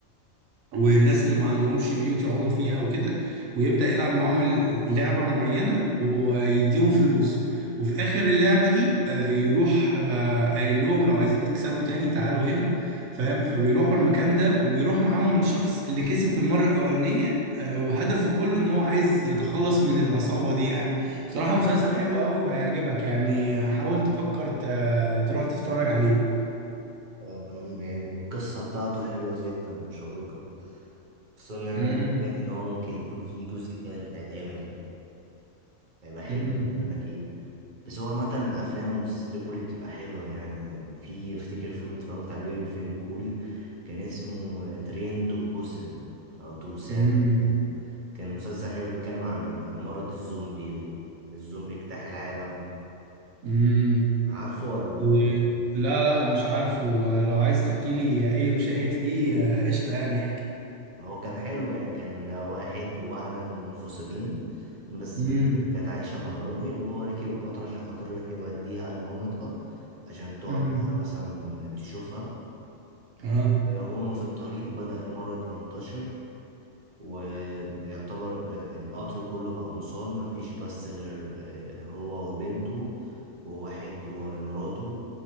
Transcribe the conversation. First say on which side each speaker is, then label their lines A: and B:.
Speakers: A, on the right; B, on the right.
A: والناس اللي ما عندهمش بيوت يقعدوا فيها وكده ويبدأ يلعب معاهم ال- لعبة معينة ويديهم فلوس وفي آخر اللعبة دي آه، يروح آه، قايل لهم لو عايزين تكسبوا تاني تعالوا هنا فاهم فبيروحوا المكان ده وبيروح معاهم الشخص اللي كسب في المرة الأولانية آه، وهدفه كله إن هو عايز يتخلص من العصابة دي يعني بصراحة مسلسل حلو قوي وهيعجبك يعني آه، حاول تفكر ت- تروح تتفرج عليه
B: هو يعني القصة بتاعته حلوة جدا مشوقة خصوصا إن أنا
A: امم
B: سمعت إن هو ممكن يكون في جزء تالت هيتعمل هيبقى حلو
A: امم
B: جدا اكيد بس هو عامة افلام ومسلسلات الكوري بتبقى حلوة يعني يعني في افتكر فيلم اتفرجت عليه فيلم كوري كان اسمه ترين تو بوسن او تو بوسان
A: امم
B: كده. كان مسلسل حلو بيتكلم عن مرض الزومبي وان الزومبي اجتاح العالم
A: امم.
B: عارفه ولا
A: إيه.
B: ايه
A: لا لا مش عارفه آه، لو عايز تحكي لي اي مشاهد فيه آه، قشطه يعني احكي
B: هو كان حلو يعني كان واحد وواحدة منفصلين بس
A: امم
B: بنتهم كانت عايشة مع الراجل وهو ركب القطر عشان خاطر يروح يوديها لمامتها عشان تقعد
A: امم
B: معاها مثلا تشوفها
A: اه
B: هما في الطريق بدأ المرض ينتشر ويعتبر آه، القطر كله بقى مصاب مفيش بس غير آه، هو وبنته وواحد ومراته